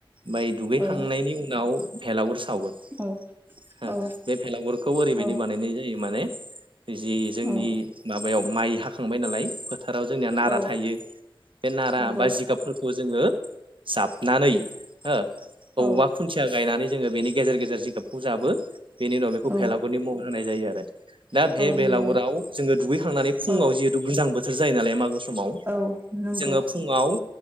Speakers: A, on the right (about 65°); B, on the right (about 20°).
A: बाय दुगैखांनायनि
B: औ
A: उनाव पेलागुरस आवयो
B: औ
A: हो
B: औ
A: बे पेलागुरखौ ओरैबाय
B: औ
A: दि बानायनाय जायो माने एजे जोंनि
B: औ
A: माबायाव माइ हाखांबाय नालाय फोथाराव जोंनिया नारा
B: औ
A: थायो बे नारा
B: नंगौ
A: बा जिगाबफोरखौ जोङो जाबनानै हो औया
B: औ
A: खुन्थिया गायनानै जोङो बेनि गेजेर गेजेर जिगाबखौ जाबो बेनि उनाव बेखौ
B: औ
A: पेलागुरनि मं होनाय जायो आरो दा बे
B: औ
A: बेलागुराव
B: नंगौ
A: जोङो दुगैखांनानै फुङाव
B: औ
A: जिहेतु गोजां बो सोर जायो नालाय माख गु समाव
B: औ नंगौ
A: जोङो फुङाव